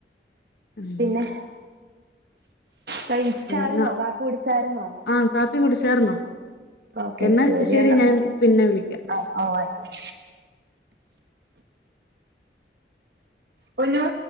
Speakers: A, on the left; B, on the right.
A: അങ്ങനെ
B: പിന്നെ കഴി ച്ചാരുന്നോ
A: എന്നാ
B: കാപ്പി കുടിച്ചായിരുന്നോ
A: ആഹ് കാപ്പി കുടിച്ചാർന്നോ
B: ഓക്കെ
A: എന്നാ
B: ശരിഎന്നാ
A: ശരി ഞാൻ പിന്നെ വിളിക്കാം
B: ഓ ഓ ആയിക്കോട്ടെ പൊന്നു